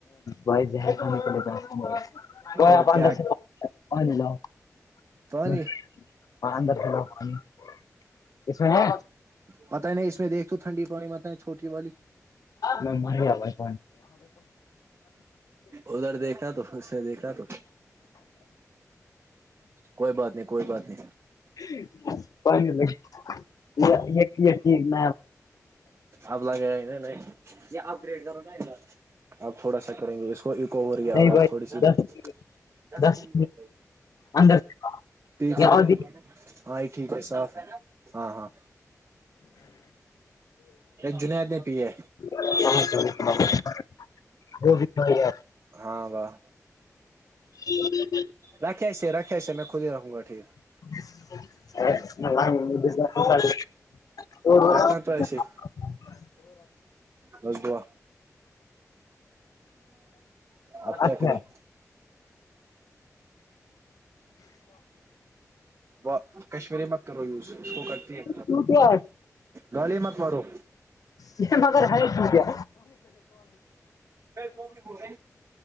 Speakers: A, on the left (about 80°); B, on the right (about 45°).
A: بھائی زہر کھانے کے لیے پیسے نہیں بھائی
B: او
A: آپ
B: کیا
A: اندر سے <unintelligible>
B: پانی
A: اس میں ہے
B: پت ہے نہیں اس میں دیکھ تو ٹھنڈی پانی مت ہے چھوٹی والی
A: میں میا
B: ادھر دیکھا تو پھر سے دیکھ تو کوئی بات نہیں کوئی بات نہیں
A: <unintelligible>
B: اب لگے نے یہ اپڈ کر آپ تھوڑا سا کریں گے اس کو کو رہ کی آواز
A: نہیں بھائی
B: تھوڑی سی
A: دس
B: ب پ
A: دس اندر
B: پھر
A: یہ اور
B: ہاں ہی ٹھیک ہے صاف ہے ہاں ہاں جنےد نہیں پیے
A: <inaudible> وہ بھی
B: ہاں واہ
A: جی
B: رکھے سےے رکھے سےے میں خود ہی رہوں گا ٹھیک
A: <inaudible> <unintelligible>
B: رکھنا تو ایسے بس دعا آپ
A: اچھا
B: کیا کریں و کشمیری مک کرو یوز اس کو کرتی ہے
A: ٹوٹیا
B: گالی مت مارو
A: یہ مگر ہے تو کیا
B: تو بھی